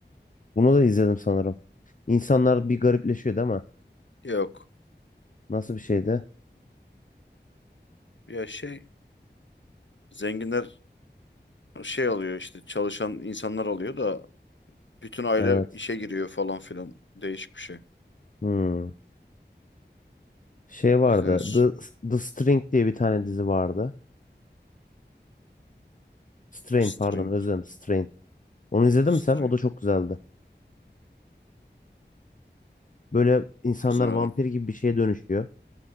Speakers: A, on the left (about 45°); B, on the left (about 85°).
A: Bunu da izledim sanırım. İnsanlar bir garipleşiyordu ama
B: Yok.
A: nasıl bir şeydi?
B: Ya şey zenginler şey alıyor işte çalışan insanlar alıyor da bütün aile
A: Evet.
B: işe giriyor falan filan. Değişik bir şey.
A: Hmm. Şey vardı.
B: İzlenir.
A: The, The String diye bir tane dizi vardı. Strain
B: The String.
A: pardon özlem Strain. Onu izledin
B: String.
A: mi sen? O da çok güzeldi. Böyle insanlar
B: İzlemedim.
A: vampir gibi bir şeye dönüşüyor.